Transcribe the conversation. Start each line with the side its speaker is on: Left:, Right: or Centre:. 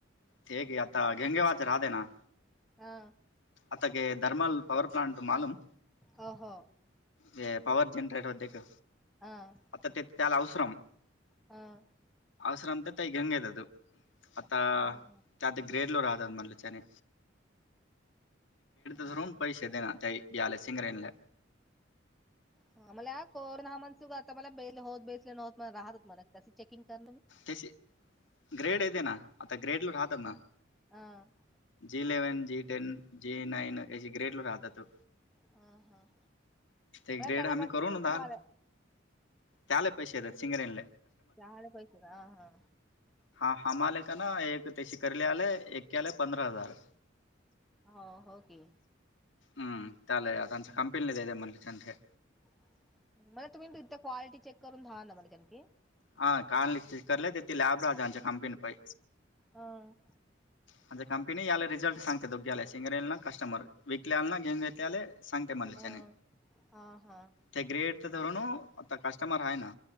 Left: ते की आता घेंगेवाच राहते ना.
Centre: हा.
Left: आताक धर्मल पववर प्लांट मालम
Centre: ह ह.
Left: ते पॉवर जनरेटर होते का
Centre: हां,
Left: आता ते त्याला अवसरम
Centre: हां.
Left: असर अंत तै हंगेतद आता.
Centre: हां, हां,
Left: त्यार्त ग्रेड ल रातात मणला चने
Centre: हां,
Left: धरून पैसे देना त्या याला सिंगरेनला
Centre: हा मला कोरोना हा म्हण सुु आता मला बे होत बेसले नवत राहतात मला. त चेकिंग कर तुम्ही.
Left: ते ग्रेड अऐतेना आता ग्रेड ल राहतना.
Centre: <inaudible>
Left: जी ललेवन जी टेन जी नैन हे ग्रेटल रादत
Centre: हम् हम्
Left: ते
Centre: नाही
Left: ग्रेड
Centre: त
Left: आम्ही
Centre: बाटी
Left: करून दाल
Centre: तुम्हाला
Left: त्याला पश सिंगरनल
Centre: चहाले पैस ह हा
Left: हा हामालय का ना एक त्याची करली आलाय एक के आलाय पंधरा हजार.
Centre: हो होगे.
Left: हम चाले आताच कंपनीदे मणते
Centre: म्हला तुम्ही तथ क्वालिटी चेक करून धावा ना मला त्याखी
Left: हा कार करला ते त लॅब राहजच्या कंपनी प
Centre: ह <unintelligible>
Left: म्हणजे कंपनी याला रिझल्ट सांगते दोघ्याला सिंगरल ना कस्टमर विकले आला ना घेऊन घेतले आले. सांगते मलच्याने
Centre: हां, हां, हां.
Left: ते ग्रेड तर धरून आता कस्टमर आहे ना